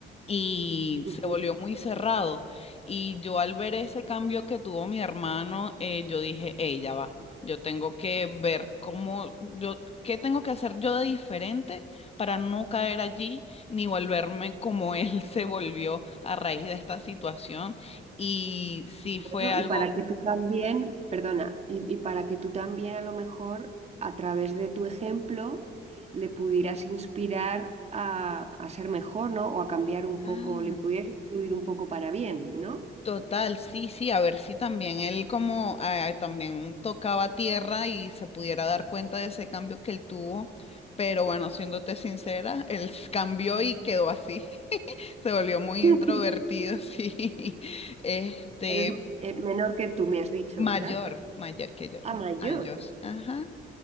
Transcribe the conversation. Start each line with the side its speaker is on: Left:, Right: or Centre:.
Left: Y
Right: ujú.
Left: se volvió muy cerrado. Y yo al ver ese cambio que tuvo mi hermano, eh, yo dije, ella va, yo tengo que ver cómo, yo, qué tengo que hacer yo de diferente para no caer allí ni volverme como él <laughs> se volvió a raíz de esta situación. Y sí
Right: Bueno,
Left: fue algo...
Right: y para que tú también, perdona, y, y para que tú también a lo mejor a través de tu ejemplo le pudieras inspirar a, a ser mejor, ¿no? O a cambiar un poco,
Left: Ah.
Right: le pudieras influir un poco para bien, ¿no?
Left: Total, sí, sí, a ver si también él como ah, también tocaba tierra y se pudiera dar cuenta de ese cambio que él tuvo, pero bueno, siéndote sincera, él <laughs> s- cambió y quedó así, <laughs> se volvió muy
Right: <laughs>
Left: introvertido, sí, <laughs> este,
Right: Pero es eh, menor que tú me has dicho,
Left: Mayor,
Right: ¿verdad?
Left: mayor que yo,
Right: A
Left: dos
Right: mayor.
Left: años. Ajá.